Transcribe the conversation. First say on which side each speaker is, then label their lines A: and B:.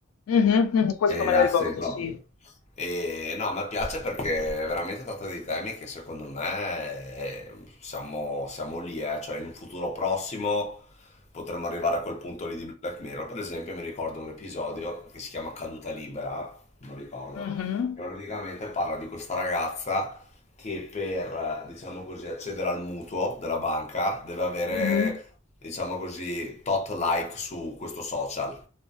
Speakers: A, on the left; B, on the left.
A: mhm, mhm, questo
B: È
A: me
B: a
A: lo ricordo,
B: sé proprio.
A: sì.
B: E no, mi piace perché veramente tratta dei temi che secondo me eh, siamo, siamo lì, eh. Cioè in un futuro prossimo potremmo arrivare a quel punto lì di Black Mirror. Per esempio mi ricordo un episodio che si chiama Caduta Libera, non ricordo,
A: Mhm,
B: che praticamente parla di questa ragazza che per, diciamo così, accedere al mutuo della banca deve avere,
A: mhm,
B: diciamo così, tot like su questo social.